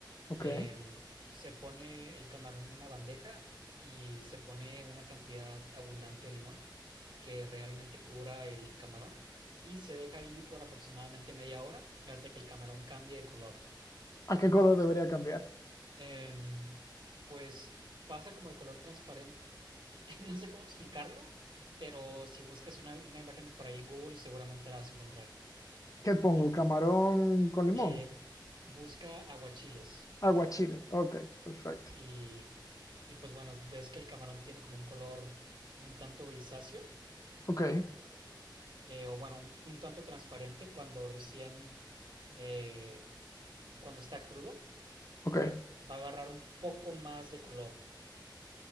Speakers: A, on the left; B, on the right.
A: Ok.
B: Eh, se pone el camarón en una bandeja y se pone una cantidad abundante de limón que realmente cubra el camarón y se deja ahí por aproximadamente media hora hasta que el camarón cambie de color
A: ¿A qué color debería cambiar?
B: em, pues pasa como de color transparente, <laughs> no sé cómo explicarlo, pero si buscas una, una imagen por ahí en Google seguramente la vas a encontrar.
A: ¿Qué pongo? ¿Camarón con limón?
B: Eh, busca aguachiles
A: Aguachile. Ok, perfecto.
B: y, y pues bueno, ves que el camarón tiene como un color un tanto grisáceo,
A: Ok,
B: eh, o bueno, un, un tanto transparente cuando recién, eh, cuando está crudo,
A: ok.
B: va a agarrar un poco más de color.